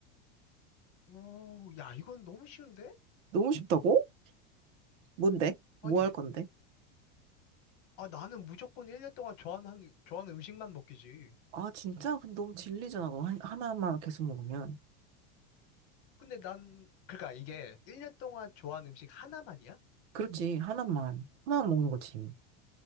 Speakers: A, on the left (about 45°); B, on the right (about 75°).
A: 오, 야, 이건 너무 쉬운데?
B: 너무 쉽다고? 뭔데?
A: 아니,
B: 뭐 할 건데?
A: 아, 나는 무조건 1년 동안 좋아하는, 좋아하는 음식만 먹기지.
B: 아, 진짜? 근데 너무 질리잖아. 그거 한- 하나만 계속 먹으면.
A: 근데 난, 그러니까 이게 1년 동안 좋아하는 음식 하나만이야?
B: 그렇지, 하나만. 하나만 먹는 거지.